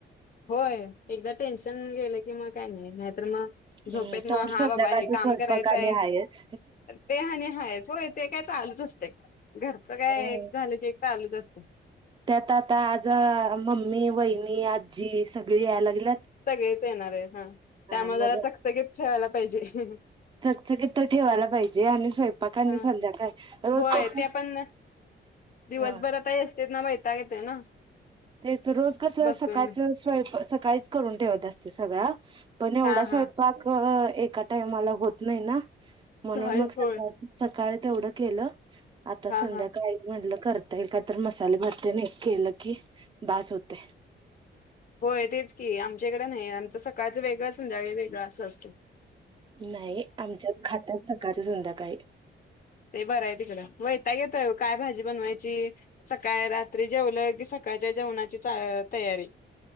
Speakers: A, on the left; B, on the right.
A: होय एकदा टेन्शन गेलं कि मग काय नाही तर मग झोपेत
B: हम्म तोवर
A: मग हा
B: संध्याकाळचा
A: बाबा हे काम
B: स्वयंपाक
A: करायचंय
B: आणि हायच.
A: ते हा आणि हायचोय ते काय चालूच असते घरचं काय
B: हम्म.
A: झालं की चालूच असते
B: त्यात आता आज मम्मी वहिनी आजी सगळी यायला लागली
A: सगळेच येणार आहे हा त्यामुळे
B: मग
A: जरा चकचकीच ठेवायला पाहिजे ह
B: चकचकीत तर ठेवायला पाहिजे आणि स्वयंपाक आणि
A: हम
B: संध्याकाळ रोज
A: होय
B: कसं
A: ते आपण दिवसभर
B: हा
A: आताही असते ना मघ वैताग येते ना
B: तेच रोज कस
A: बसून
B: सकाळच स्वयंपाक सकाळीच करून ठेवत असते सगळं पण एवढा
A: हा
B: स्वयंपाक
A: हा
B: एका टाइमाला होत नाही ना. म्हणून
A: होय
B: मग
A: होय
B: सकाळच स काय तेवढं केलं. आता
A: हा
B: संध्याकाळी
A: हा
B: म्हटलं करत म काय तर मसालेे भात तेन एक केलं की बास होतय.
A: होय तेच की, आमच्याकडे नाही, आमचं सकाळचं वेगळं संध्याकाळीच वेगळं असं असतय.
B: नाही आमच्या खात्यात सकाळच संध्याकाळी.
A: ते बरं आहे तिकडं वैताग येतोय आव, काय भाजी बनवायची सकाळ रात्री जेवलं कि सकाळच्या जेवणाची तयारी